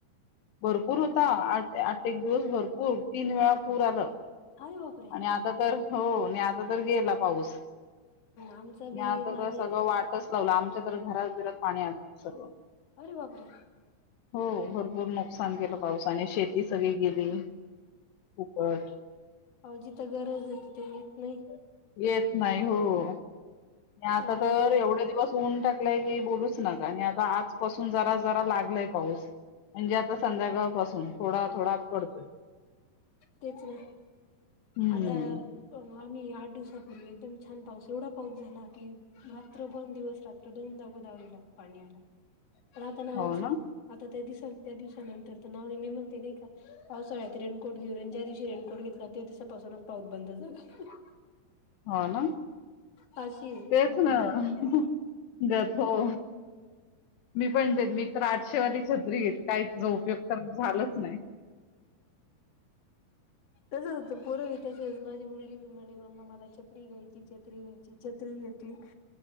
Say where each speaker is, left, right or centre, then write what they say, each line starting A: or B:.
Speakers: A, on the left; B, on the left.
A: भरपूर होता. आठ एक दिवस भरपूर, तीन वेळा पूर आलं.
B: आरे बापरे!
A: आणि आता तर हो, आण आता तर गेला पाऊस.
B: आमचा बी
A: आता
B: मागे
A: तर सगळं वाटच लावला, आमच्या तर घरात बीरात पाणी आलंत सगळं.
B: अरे बापरे
A: हो भरपूर नुकसान केलं पावसाने, शेती सगळी गेली. खूपच.
B: अ जिथं गरजय तिथे येत नई.
A: येत नाही हो. आणि आता
B: आणि
A: तर एवढे दिवस ऊन टाकलाय की बोलूच नका, आणि आता आजपासून जरा जरा लागलाय पाऊस. म्हणजे आता संध्याकाळ पासून, थोडा थोडा पडतोय.
B: तेच ना,
A: हम्म
B: आता आम्ही आठ दिवसापूर्वी एकदम छान पाऊस, एवढा पाऊस झाला की रात्र पण दिवस रात्र दोनदा गोदावरीला पाणी आलं, पण आता नावच
A: हो ना
B: नाही. आता त्या दिस त्या दिवसानंतर <unintelligible> पावसाळ्यात रेनकोट घरुन ज्या दिवशी रेनकोट घेतला त्या दिवसापासूनच पाऊस बंद झाला. <unintelligible>
A: हो ना,
B: अशी आहे
A: तेच
B: लोकांची
A: ना, <unintelligible>
B: विद्या.
A: ग हो मी पण देत मी तर आठशेवाली छत्री घेत काय ते उपयोग तर. व्हालंच नाही.
B: तसच होत, पोर <unintelligible> माझी मुलगी म्हणे मम्मा मला छत्री घ्यायची, छत्री घ्यायची. छत्री घेतली